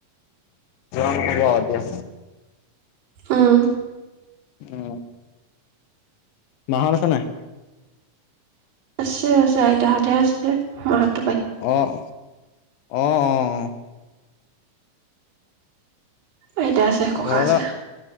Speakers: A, on the left; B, on the right.
A: <unintelligible> হব দিয়া।
B: অহ।
A: অ। মাহঁত আছে নাই?
B: আছে, আছে। আইতাহঁতে আছে। মাহঁত
A: অহ, অ-অ-অ।
B: আইতা আছে, ককা
A: ঘৰলৈ
B: আছে।